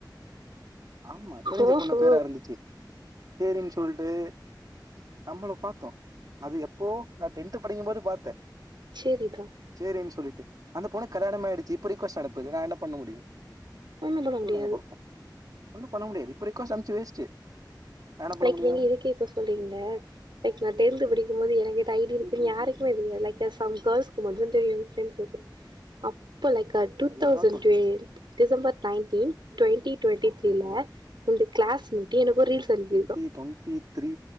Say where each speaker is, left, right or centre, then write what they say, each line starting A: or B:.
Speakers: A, on the right (about 55°); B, on the right (about 85°).
A: ஆமா தெரிஞ்ச
B: ஓஹோ
A: பொண்ணு பேரா இருந்துச்சு சேரின்னு சொல்ட்டு நம்மளை பாத்தோ அது எப்போ நா டென்த் படிக்கும் போது பாத்தே
B: செரிதா
A: செரின்னு சொல்லிட்டு அந்த பொண்ணுக்கு கல்யாணமே ஆயிடுச்சு இப்போ ரிக்வஸ்ட் அனுப்புது நான் என்ன பண்ண முடியு
B: ஒன்னு பண்ண முடியாது
A: சொல்லுங்க பாப்போ ஒன்னு பண்ண முடியாது இப்ப ரிக்வெஸ்ட் அனுப்புச்சு வேஸ்ட்டு நா என்ன
B: இன்னைக்கி
A: பண்ண முடியு
B: நீங்க இதுக்கே இப்ப சொல்றீங்களே லைக் நா டென்த்து படிக்கும் போது எனக்குகிட்ட ஐ டி இருக்குன்னு யாருக்குமே தெரியது லைக் சம் கேர்ள்ஸ்க்கு மட்டு தா தெரியு எ ஃப்ரெண்ட்ஸ்க்கு அப்போ லைக் அ டூ
A: அதுதா
B: தௌசண்ட்
A: சொல்றே
B: twentieth December nineteen twenty twenty த்ரீல
A: ம்
B: இந்த கிளாஸ்மேட் எனக்கு ஒரு ரீல்ஸ் அனுப்பிரு
A: டி டொன்ட்டி த்ரீ